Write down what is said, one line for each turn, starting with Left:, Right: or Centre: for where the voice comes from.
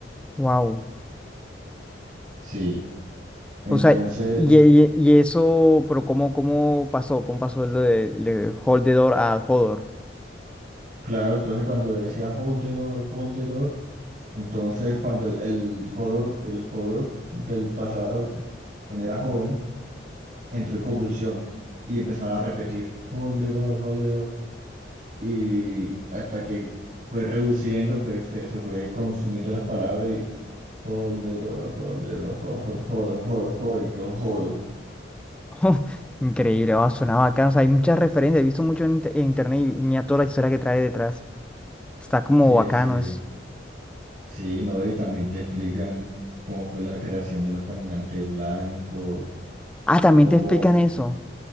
Centre: Wow.
Right: Sí. Entonces
Centre: O sea, y, y- y eso, pero ¿cómo, cómo pasó? ¿Cómo pasó lo de, le- Hold the Door a Hodor?
Right: Claro, entonces cuando decía hold the door, hold the door, entonces cuando el, el jugador, el jugador del pasado, cuando era joven, entró en convulsión y empezaba a repetir hold the door, hold the door, y hasta que fue reduciendo, fue, fue- se fue consumiendo las palabras y hold the door, hold the door, hold, hold, hold, hold, y que hold.
Centre: <laughs> Increíble, ah, suena bacano. O sea, hay muchas referencias, he visto mucho en, inter- en internet y mira toda la historia que trae detrás. Está como
Right: Sí,
Centre: bacano,
Right: sí,
Centre: es.
Right: sí, no, y también te explican cómo fue la creación de los caminantes blancos,
Centre: Ah, también
Right: cómo.
Centre: te explican eso.